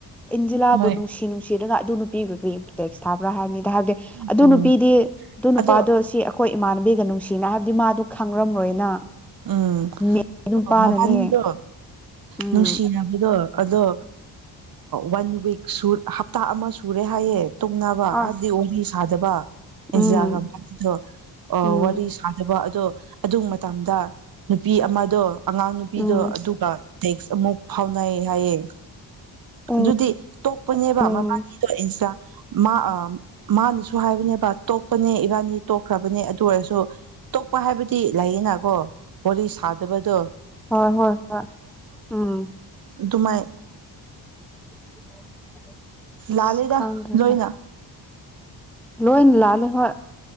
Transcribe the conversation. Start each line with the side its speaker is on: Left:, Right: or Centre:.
Centre: ꯏꯟꯖꯂꯥꯕꯨꯅꯨꯁꯤꯅꯨꯁꯤ
Right: ꯍꯣꯏ
Centre: ꯑꯗꯨ ꯅꯨꯄꯤꯒꯄꯤ ꯇꯦꯛꯁ ꯊꯥꯕ꯭ꯔꯥ ꯍꯥꯏꯅꯤ ꯍꯥꯏꯕꯗꯤ
Right: ꯑꯗꯨꯅꯤ
Centre: ꯑꯗꯨ ꯅꯨꯄꯤꯗꯤ ꯑꯗꯨ ꯅꯨꯄꯥꯗꯣ
Right: ꯑꯗꯣ
Centre: ꯁꯤ ꯑꯩꯈꯣꯏ ꯏꯃꯥꯟꯅꯕꯤꯒ ꯅꯨꯡꯁꯤꯅ ꯍꯥꯏꯕꯗꯤ ꯃꯥꯗꯣ ꯈꯪꯔꯝꯔꯣꯏꯅ
Right: ꯎꯝ
Centre: ꯃꯦ ꯅꯨꯄꯥꯅꯅꯦ
Right: ꯃꯕꯥꯅꯤꯗꯣ
Centre: ꯎꯝ
Right: ꯅꯨꯡꯁꯤꯅꯕꯗꯣ ꯑꯗꯣ ꯋꯥꯟ ꯋꯤꯛ ꯍꯞꯇꯥ ꯑꯃ ꯁꯨꯔꯦ ꯍꯥꯏꯌꯦꯦ ꯇꯨꯡꯅꯕ
Centre: ꯑꯁ
Right: ꯍꯥꯏꯕꯗꯤ ꯋꯥꯔꯤ ꯁꯥꯗꯕ ꯑꯦꯟꯖꯤꯔꯥꯒ
Centre: ꯎꯝ
Right: ꯃꯅꯤꯗꯣ ꯑ
Centre: ꯎꯝ
Right: ꯋꯥꯔꯤ ꯁꯥꯗ ꯀ ꯑꯗꯣ ꯑꯗꯨ ꯃꯇꯝꯗ ꯅꯨꯄꯤ ꯑꯃꯗꯣ ꯑꯉꯥꯡ ꯅꯨꯕꯤꯗꯣ
Centre: ꯎꯝ
Right: ꯑꯗꯨꯒ ꯃꯨꯛ ꯐꯥꯎꯅꯥ ꯍꯥꯏꯌꯦ
Centre: ꯎꯝ
Right: ꯑꯗꯨꯗꯤ ꯇꯣꯛꯄꯅꯦꯕ
Centre: ꯎꯝ
Right: ꯃꯕꯥꯅꯤꯗꯣ ꯏꯟꯁꯥ ꯃꯥ ꯑ ꯃꯥꯅꯁꯨ ꯍꯥꯏꯕꯅꯦ ꯇꯣꯛꯄꯅꯦ ꯏꯕꯥꯅꯤ ꯇꯣꯛꯈ꯭ꯔꯕꯅꯦ ꯑꯗꯨ ꯑꯣꯏꯔꯁꯨ ꯇꯣꯛꯄ ꯍꯥꯏꯕꯗꯤ ꯤ ꯂꯩꯌꯦꯅꯀꯣ ꯋꯥꯔꯤ ꯁꯥꯗꯕꯗꯣ
Centre: ꯍꯣꯏ ꯍꯣꯏ ꯍꯣꯏ ꯎꯝ
Right: ꯗꯨꯃꯥꯏ
Centre: <inaudible>
Right: ꯂꯥ
Centre: ꯑꯁ
Right: ꯂꯩꯗ
Centre: ꯈꯪꯗ꯭ꯔꯦꯗ
Right: ꯂꯣꯏꯅ
Centre: ꯂꯣꯏꯅ ꯂꯥꯂꯦ ꯍꯣꯏ